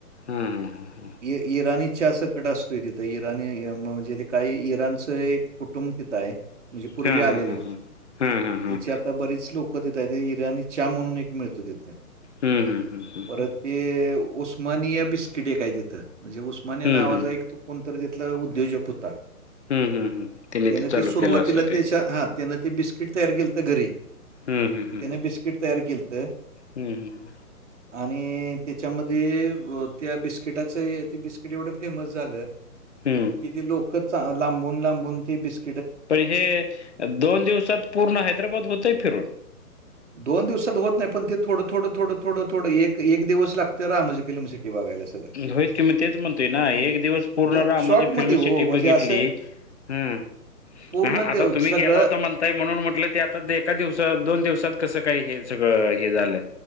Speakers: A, on the left (about 45°); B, on the right (about 50°).
A: हम्म.
B: इराणीच्या चहा सगट असतोय तिथं इराणी म्हणजे ते काही इराणचं एक कुटुंब तिथ आहे म्हणजे
A: हां
B: पुर्वी आलेलं
A: हां हां हां हां
B: तिचे आता बरीच लोक तिथं ईरानी आणि चहा म्हणून एक मिळतो तिथं
A: हम्म हम्म हम्म हम्म.
B: परत ते उस्मानिया बिस्किट हे काय तिथं म्हणजे उस्मानिया नावाचा
A: हम्म
B: एक तो कोणतरी तिथलं उद्योजक होता.
A: हम्म हम्म हम्म त्यांनी
B: त्यान
A: चालू
B: ते सुरुवातीला
A: केलं असेल ते
B: त्याच्या हा त्याने ते बिस्किट तयार केलं तर घरी
A: हम् हं
B: त्याने बिस्किट तयार केलंत
A: हम्म हम
B: आणि त्याच्यामध्ये त्या बिस्किटाच हे बिस्क बिस्किटाचं तेवढं फेमस झालं
A: हम्म
B: तिथे लोकच लांबुन लांबुन ते बिस्किट
A: पण हे दोन दिवसात पूर्ण हैदराबाद होतय फिरून.
B: दोन दिवसात होत नाही पण ते थडं थोड थोडं थोड थोडं एक एक दिवस लागतं रामोजी फिल्म सिटी बघायला सगळं.
A: होई की मी तेच म्हणतोय ना एक दिवस पूर्ण
B: दो
A: रामोजी
B: शॉर्टमध्ये
A: फिल्म
B: हो
A: सिटी
B: म्हणजे
A: बघितली
B: असं
A: हम्म.
B: पूर्ण
A: हा
B: देव
A: आता तुम्ही
B: सगळं
A: गेला होता म्हण काय म्हणुन म्हटलं ते आता एका दिवसात दोन दिवसात कसं काही हे सगळं हे झालं.